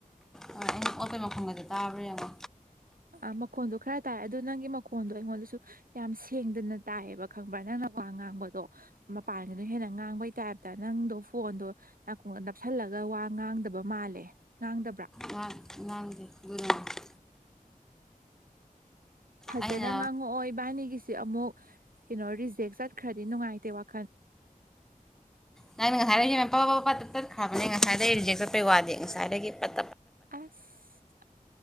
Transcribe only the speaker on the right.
ꯑꯥ ꯃꯈꯣꯟꯗꯣ ꯈꯔ ꯇꯥꯏ ꯑꯗꯨꯗꯣ ꯅꯪꯒꯤ ꯃꯈꯣꯟꯗꯣ ꯑꯩꯉꯣꯟꯗꯁꯨ ꯌꯥꯝ ꯁꯦꯡꯗꯅ ꯇꯥꯏꯌꯦꯕ ꯈꯪꯕ꯭ꯔꯥ ꯅꯪꯅ ꯋꯥ ꯉꯥꯡꯕꯗꯣ ꯃꯄꯥꯟꯒꯤꯅ ꯍꯦꯟꯅ ꯉꯥꯡꯕꯩ ꯇꯥꯏꯞꯇ ꯅꯪꯗꯣ ꯐꯣꯟꯗꯣ ꯅꯥꯀꯣꯡꯗ ꯅꯞꯁꯜꯂꯒ ꯋꯥ ꯉꯥꯡꯗꯕ ꯃꯥꯜꯂꯦ ꯉꯥꯡꯗꯕ꯭ꯔꯥ
ꯐꯖꯅ
ꯉꯥꯡꯉꯛꯑꯣ ꯏꯕꯥꯅꯤꯒꯤꯁ ꯁꯤ ꯑꯃꯨꯛ ꯀꯩꯅꯣ ꯔꯤꯖꯦꯛ ꯆꯠꯈ꯭ꯔꯗꯤ ꯅꯨꯡꯉꯥꯏꯇꯦ ꯋꯥꯈꯜ
ꯑꯁ